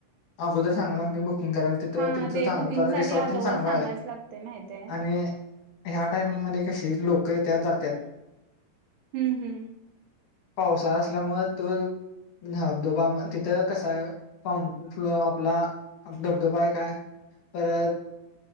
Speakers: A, on the left (about 70°); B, on the right (about 85°).
A: अगोदर सांगाय लागत बुकिंग करायला. तर
B: हा
A: त्यांचं
B: ते
A: चांग
B: बुकिंग
A: जरा
B: साठी
A: रिसॉर्ट
B: अदोगर
A: तेन चांगलं
B: सांगायच
A: आहे
B: लागते माहितय.
A: आणि ह्या टायमिंग मध्ये कशी लोक येत्यात जातात.
B: हम्म हम्म
A: पावसाळा असल्यामुळे तो धबधोबा म तिथं कसाय फाउंटन फ्लो आपला धबधोबा हाय. काय परत